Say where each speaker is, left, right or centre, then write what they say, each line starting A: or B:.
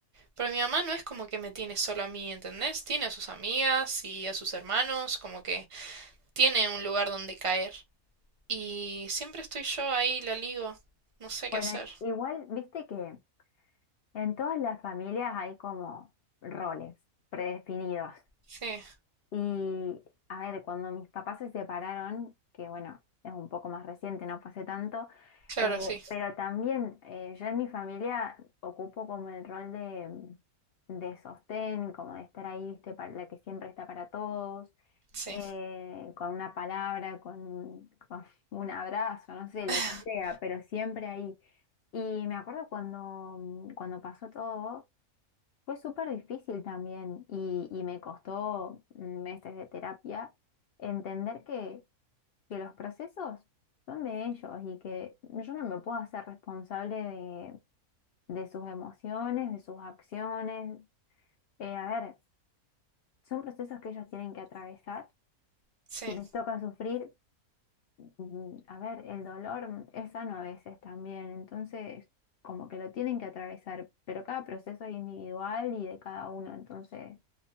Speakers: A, on the right (about 35°); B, on the left (about 75°).
A: pero mi mamá no es como que me tiene solo a mí, ¿entendés? Tiene a sus amigas y a sus hermanos, como que tiene un lugar donde caer. Y siempre estoy yo ahí, la ligo. No sé
B: Bueno,
A: qué hacer.
B: igual, viste que en todas las familias hay como roles predefinidos.
A: Sí,
B: Y a ver, cuando mis papás se separaron, que bueno, es un poco más reciente, no pasé tanto,
A: claro,
B: eh,
A: sí,
B: pero también eh, yo en mi familia ocupo como el rol de, de sostén, como de estar ahí, viste, para la que siempre está para todos,
A: sí,
B: eh, con una palabra, con, con <laughs> un abrazo, no sé, lo
A: <laughs>
B: que sea, pero siempre ahí. Y me acuerdo cuando, cuando pasó todo. Fue súper difícil también y, y me costó meses de terapia entender que, que los procesos son de ellos y que yo no me puedo hacer responsable de, de sus emociones, de sus acciones. Eh, a ver, son procesos que ellos tienen que atravesar.
A: sí,
B: Si les toca sufrir, mm, a ver, el dolor es sano a veces también, entonces como que lo tienen que atravesar, pero cada proceso es individual y de cada uno, entonces...